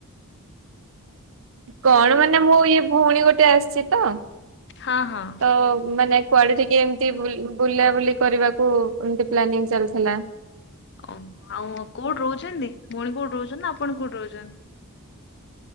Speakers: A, on the right; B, on the left.
A: କଣ ମାନେ ମୋ ଇଏ ଭଉଣୀ ଗୋଟେ ଆସିଛି ତ,
B: ହଁ ହଁ
A: ତ ମାନେ କୁଆଡେ ଟିକେ ଏମିତି ବୁଲ୍, ବୁଲା ବୁଲି କରିବାକୁ ଏମିତି ପ୍ଲାନିଂ ଚାଲିଥିଲା।
B: ଓମ୍, ଆଉ କୋଉଠି ରହୁଛନ୍ତି ଭଉଣୀ କୋଉଠି ରହୁଛନ୍ତି ନା ଆପଣ କୋଉଠି ରହୁଛନ୍ତି?